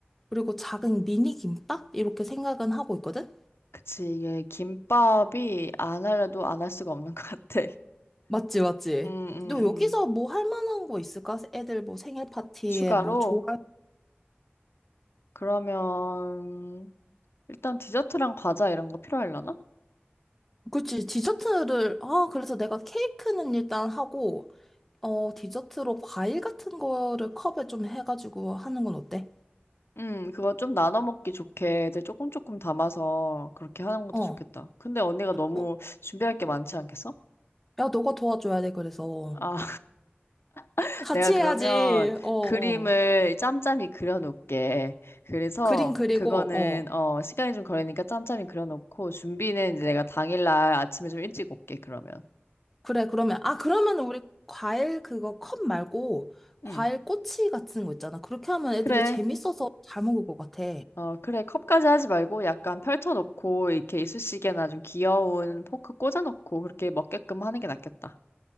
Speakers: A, in the centre; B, on the left.
A: 그리고 작은 미니 김밥? 이렇게 생각은 하고 있거든?
B: 그치. 이게 김밥이 안 하려도 안 할 수가 없는 <laughs> 것 같아.
A: 맞지, 맞지?
B: 음, 음,
A: 너
B: 음.
A: 여기서 뭐 할 만한 거 있을까? 애들 뭐 생일 파티에
B: 추가로?
A: 뭐 좋아?
B: 그러면, 일단 디저트랑 과자 이런 거 필요하려나?
A: 그치, 디저트를, 아, 그래서 내가 케이크는 일단 하고, 어, 디저트로 과일 같은 거를 컵에 좀 해가지고 하는 건 어때?
B: 음, 그거 좀 나눠 먹기 좋게 애들 조금 조금 담아서 그렇게 하는 것도
A: 어,
B: 좋겠다. 근데 언니가 너무
A: 어,
B: 준비할 게 많지 않겠어?
A: 야, 너가 도와줘야 돼, 그래서.
B: 아, <laughs>
A: 같이
B: 내가 그러면
A: 해야지, 어, 어.
B: 그림을 짬짬이 그려놓을게. 그래서
A: 그림 그리고,
B: 그거는
A: 어.
B: 어, 시간이 좀 걸리니까 짬짬이 그려놓고 준비는 이제 내가 당일날 아침에 좀 일찍 올게, 그러면.
A: 그래, 그러면, 아, 그러면 우리 과일 그거 컵 말고, 과일
B: 응,
A: 꼬치 같은 거 있잖아. 그렇게 하면 애들이
B: 그래.
A: 재밌어서 잘 먹을 것 같아.
B: 어, 그래. 컵까지 하지 말고 약간 펼쳐놓고 이렇게 이쑤시개나 좀 귀여운 포크 꽂아놓고 그렇게 먹게끔 하는 게 낫겠다.